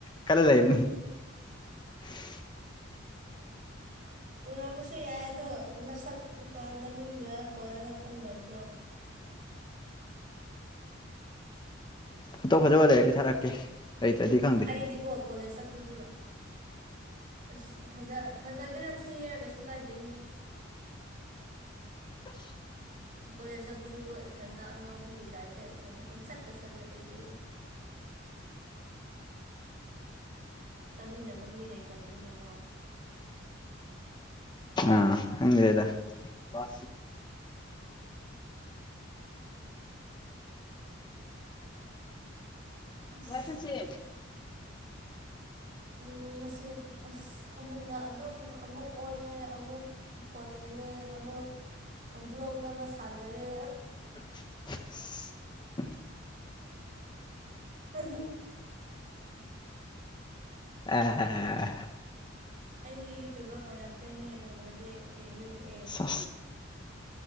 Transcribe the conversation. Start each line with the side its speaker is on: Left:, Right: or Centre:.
Left: ꯀꯟꯅ ꯂꯩꯕꯅꯤ <unintelligible>
Right: ꯎꯔꯝꯃꯁꯨ ꯌꯥꯏ ꯑꯗꯣ ꯅꯁꯛꯀ ꯅꯃꯤꯡꯒ ꯀꯣꯟꯂꯅ ꯐꯪꯗꯕꯗꯣ
Left: ꯐꯇꯧ ꯐꯖꯕ ꯂꯩꯔꯛꯗꯤ ꯊꯥꯔꯛꯀꯦ ꯂꯩꯇ꯭ꯔꯗꯤ ꯈꯪꯗꯦ
Right: ꯑꯩꯗꯤꯀꯣ ꯀꯣꯂꯦꯖ ꯆꯠꯄꯁꯨ ꯑꯁ ꯐꯖ ꯐꯖꯒꯦꯔ ꯊꯤꯒꯦꯔꯥ ꯀꯩꯁꯨ ꯀꯥꯏꯗꯦꯍꯦ
Left: <unintelligible>
Right: ꯀꯣꯂꯦꯖꯇꯕꯨꯁꯨꯕꯣ ꯏꯊꯟꯇ ꯑꯉꯥꯎꯕꯤꯒꯤ ꯇꯥꯏꯞꯇ ꯍꯥꯏꯅ ꯄꯪ ꯆꯠꯇ ꯆꯠꯂꯦꯗꯤ ꯆꯠꯃꯤꯟꯅꯕ ꯃꯤ ꯂꯩꯇꯕꯅꯤꯅꯀꯣ
Left: ꯑꯥ꯭ꯔꯦꯗ ꯎ
Right: ꯑꯁ
Left: ꯋꯥꯁꯤꯦ
Right: ꯎ ꯉꯁꯤ ꯑꯁ ꯐꯃꯨꯡꯗ ꯑꯗꯨꯝ ꯑꯃꯨꯛ ꯑꯣꯜꯂꯦ ꯑꯃꯨꯛ ꯊꯣꯏꯡꯉꯦ ꯑꯃꯨꯛ ꯕ꯭ꯂꯣꯛ ꯅꯝꯕ ꯁꯥꯟꯅꯔꯦ
Left: <unintelligible>
Right: ꯑ
Left: ꯑꯦ
Right: ꯑꯩꯁꯨꯦ ꯌꯨꯇꯨꯕꯔ ꯑꯣꯏꯔꯛꯇꯣꯏꯅꯦ ꯅꯣꯡꯃꯗꯤ ꯀꯩꯅꯣꯅꯦꯍꯦ
Left: ꯁ